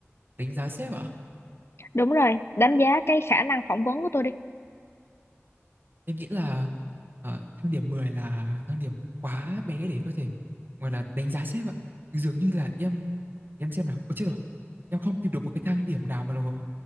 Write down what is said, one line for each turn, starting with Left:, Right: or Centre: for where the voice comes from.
Right: đánh giá sếp ạ?
Left: Đúng rồi, đánh giá cái khả năng phỏng vấn của tôi đi.
Right: Em nghĩ là ờ, thang điểm 10 là thang điểm quá bé để có thể gọi là đánh giá sếp ạ. Dường như là em em xem nào. Ôi chết rồi. Em không tìm được một cái thang điểm nào mà nó gọi